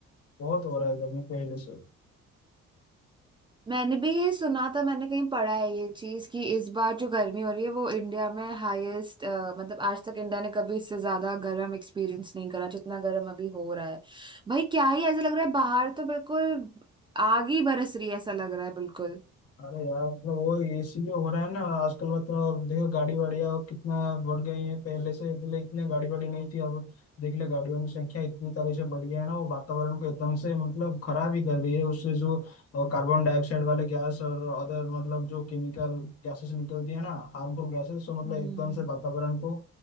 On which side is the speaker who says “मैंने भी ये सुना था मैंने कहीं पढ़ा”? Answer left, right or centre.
Right